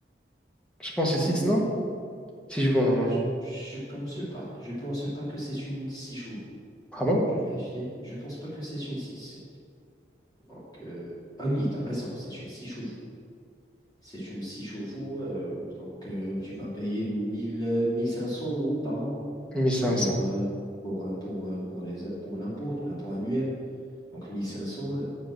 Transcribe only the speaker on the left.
Chevaux,
euh,
je, je pense pas. Je pense pas que c'est une 6 chevaux.
Je vais vérifier. Je pense pas que c'est une 6. Donc, euh, ah oui, tu as raison, c'est une 6 chevaux. C'est une 6 chevaux. euh, donc, euh, tu vas payer mille euh, 1500 euros par an
pour,
euh, pour, euh, pour, euh, pour les, pour l'impôt, l'impôt annuel. Donc 1500. euh,